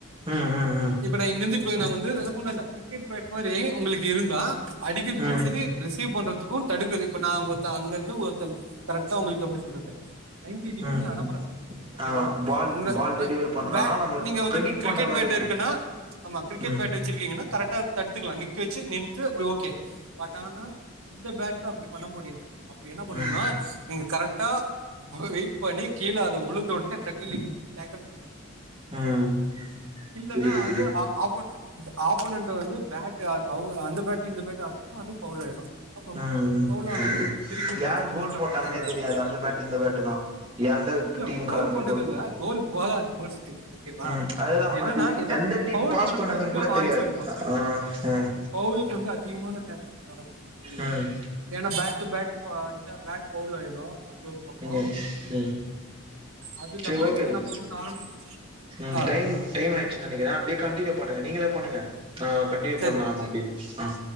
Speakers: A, on the right; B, on the right.
A: அஹ் அஹ் அஹ்
B: இப்ப நா இங்க இந்து போய் நா வந்து அதா சொன்னல்ல கிரிக்கெட் பேட் மாறி உங்களுக்கு இருந்தா அடிக்கிறதுக்கு
A: ம்
B: சரி ரிசீவ் பண்றதுக்கும் தடுக்குது இப்ப நா ஒத்த அங்க அங்கந்து ஒருத்த கரெக்டா உங்களுக்கு எப்டி சொல்றது நைன்டி டிகிரில
A: ம் ம்
B: அனப்பற ஓகேவா
A: ஆ பால்
B: உங்கள
A: பால் டெலிவரி
B: ஏ
A: பண்றானா
B: பே
A: நம்மள
B: நீங்க வந்து
A: ப்ரெடிட்
B: க்ரிக்கெட்
A: பண்ற மாரி
B: பேட்
A: இருக்கும்
B: இருக்குன்னா ஆமா கிரிக்கெட்
A: ம்
B: பேட் வச்சிருக்கீங்கன்னா கரெட்டா தடுத்துக்கலா நிக்க வச்சு நின்து அப்டி ஓகே பட் ஆனா இந்த பேட்ல அப்டி பண்ண முடியாது அப்டி என்ன பண்ணணுனா
A: ம்
B: நீங்க கரட்டா வெயிட் பண்ணி கீழ அது உழுந்தோன்னே டக்குன்னு நீங்க பேக்கப் பண்ணிடனு
A: ம்
B: இல்லன்னா
A: புரியுது
B: வந்து
A: புரியுது
B: ஆபன் ஆபனன்ட் வந்து பேட்டு அவுங்க அந்த பேட்டு இந்த பேட்டு அடிச்சா அது பவுல் ஆயிடு அப்ப
A: ம்
B: பவுலானவே
A: ஓகே
B: திருப்பியு பஸ்ட்லருந்து
A: யார் கோல்
B: ஸ்டார்ட்
A: போட்டாங்கன்னே
B: பண்ற மாரி ஆய்டு
A: தெரியாது அந்த பேட் இந்த பேட்டுலா எந்த
B: இல்ல
A: டீம்காரங்க
B: கோல் போட்டது இல்ல
A: போட்
B: கோல் போகது மோஸ்லி ஓகேவா
A: ம் அதுதா
B: அது என்னன்னா என்ன
A: எந்த டீம்
B: பௌ பௌல்
A: பாஸ்
B: பன்றதுக்கு
A: பண்ணதுன்னு
B: அதிக
A: கூட
B: வாய்ப்பு
A: தெரியாது
B: இருக்கு
A: ஆ ம்
B: பௌல்லுக்கு வந்து அதிகமான சேன்சஸ் நடக்கு புரியல
A: ம்
B: ஏன்னா பேக் டு பேக் போ அடிச்சா பேட் பவுல் ஆயிடு அது ஒரு பக்கம்
A: ம் ம்
B: அது இல்லாம
A: சரி ஓகே
B: இப்ப
A: ப்ரோ
B: நம்ம வந்து நார்மல்
A: ம்
B: ஆ
A: டைம் டைம் ஆய் ச்சுன் நெனைக்கிறே அப்டியே கண்டிநியூ பண்ணுங்க நீங்களேப் பண்னுங்க
B: சரி